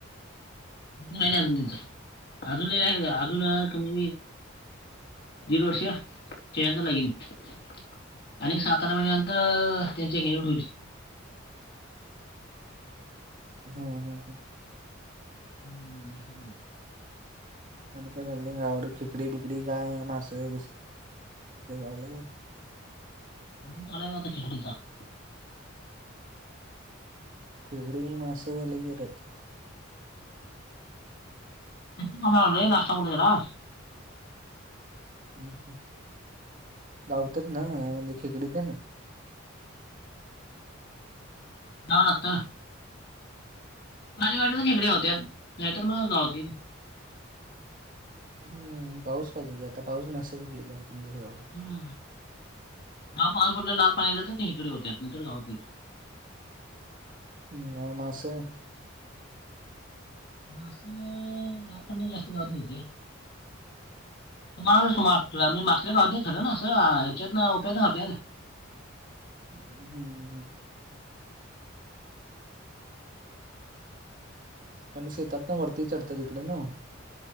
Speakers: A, on the left; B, on the right.
A: तुला ही अजून देते अजून ही अजून आणि वेगळं <unintelligible> आणि एक सात आठ महिन्यानंतर त्यांची एंगेजमेंट होईल.
B: ना हा हा हा.
A: <inaudible> <unintelligible>
B: आणि काय चाललंय गावाकडं खेकडी बेकडी काय मासं बीस गावलं काय?
A: मला <unintelligible>
B: खेकडी मासं लय गिऱ्यात.
A: <unintelligible> नाष्टा करून गेला.
B: हम्म हम्म गावतात ना म्हणजे खेकडीत आहे ना.
A: ना आता माझ्या <unintelligible> खेकड्या होत्या नाही तर म गाव दे.
B: हम्म पाऊस पाहिजे की आता पाऊस नसेलच की दोन-तीन दिवस गावाला.
A: हम्म हा पाऊस पडल्यावर लाल पाण्याला <unintelligible> इकडे होते त्यात नाहीतर गावातही.
B: ह आण मासं
A: मासला लाल पाण्या जास्ती गावात नाही ते. <unintelligible> तुला मी मास्टर गाव ते खरं ना असं आ हेच्यात न ओपन होते.
B: ह हम्म् आणि शेतात न वरती चढतात तिकडे नव्ह?